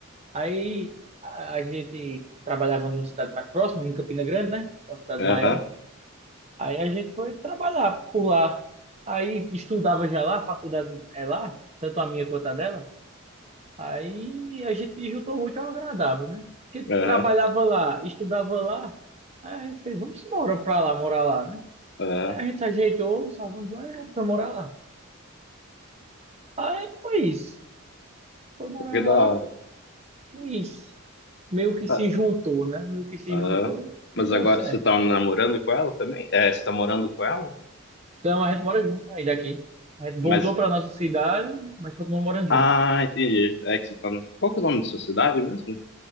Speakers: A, on the right; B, on the left.
A: Aí a a gente trabalhava numa cidade mais próxima, em Campina Grande, né? Uma cidade
B: Aham,
A: maior. Aí a gente foi trabalhar por lá. Aí estudava já lá, a faculdade é lá, tanto a minha quanto a dela. Aí a gente juntou muito ao agradável, né? Porque
B: aham,
A: trabalhava lá, estudava lá. Aí a gente fez, vamos embora pra lá, morar lá, né?
B: aham.
A: Aí a gente se ajeitou, salvamos lá e a gente foi morar lá. Aí foi isso. Foi morar
B: Que
A: lá
B: da hora.
A: e isso. Meio que
B: Ah,
A: se juntou, né? Meio que se
B: Aham.
A: juntou
B: Mas
A: e deu
B: agora
A: certo.
B: você tá namorando com ela também? É, você tá morando com ela?
A: Então a gente mora junto aí daqui. A gente
B: Mas.
A: voltou pra nossa cidade, mas continuamos morando
B: Ah,
A: junto.
B: entendi. É que você tá. no- Qual que é o nome da sua cidade mesmo?